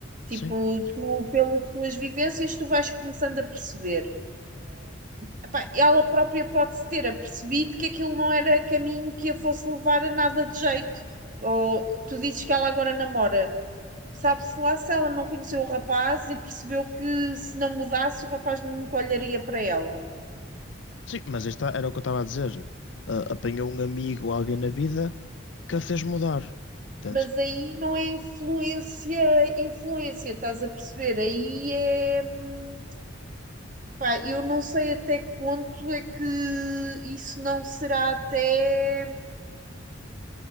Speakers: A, on the right; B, on the left.
A: Tipo,
B: Sim.
A: tu, pelas tuas vivências, tu vais começando a perceber. Epá, ela própria pode-se ter apercebido que aquilo não era caminho que a fosse levar a nada de jeito. Ou tu dizes que ela agora namora. Sabe-se lá se ela não conheceu o rapaz e percebeu que se não mudasse o rapaz nunca olharia para ela.
B: Sim, mas aí está, era o que eu estava a dizer. Ah, apanhou um amigo ou alguém na vida que a fez mudar. Portanto,
A: Mas aí não é influência, influência, estás a perceber? Aí é. hum, Pá, eu não sei até que ponto é que isso não será até